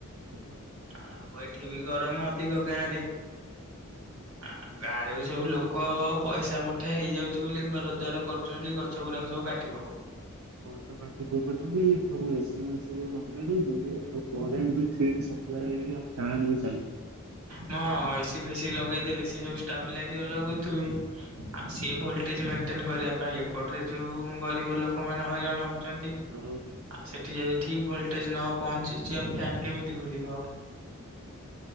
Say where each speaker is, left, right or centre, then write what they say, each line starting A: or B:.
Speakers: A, on the right (about 70°); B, on the right (about 85°).
A: ହୁଁଁ
B: ଆଉ ଏଠି ବି ଗରମ ଅଧିକ ଗାଁରେ ଆ ଗାଁରେ ବି ସବୁ ଲୋକ ପଇସା ମୁଠେ ହେଇଯାଉଛି ବୋଲି ଘର ଦ୍ଵାର କରୁଛନ୍ତି ଗଛ ଗୁଡାକ ସବୁ କାଟି ପକଉଛନ୍ତି
A: ବହୁତ ଯ ପଟ ସବୁ ଏସି ବେସି ଯ ଲଗେଇ ଦଉଛନ୍ତି ସେ ଆଉ କରେଣ୍ଟ ବି ଠିକ୍ ସେ ସପ୍ଲାଏ <unintelligible> ଫ୍ୟାନ୍ ବି ଚାଲୁନି
B: ହ ଏସିି ଫେସି ଲଗେଇଦେଲେ ସିଏ ସବୁ ଷ୍ଟାବିଲାଇଜର ଲଗଉଥିବେ ଆଉ ସିଏ ଭୋଲଟେଜ ମେନ୍‌ଟେନ୍ କରିବା ପାଇଁ ଏପଟରେ ଯୋଉ ଗରିବ ଲୋକମାନେ ହଇରାଣ ହଉଛନ୍ତି
A: ଆଉ
B: ଆଉ ସେଠି ଯଦି ଠିକ୍ ଭୋଲଟେଜ ନ ପହଞ୍ଚିଛି ଆଉ ଫ୍ୟାନ୍ କେମିତି ଘୁରିବ ଆଉ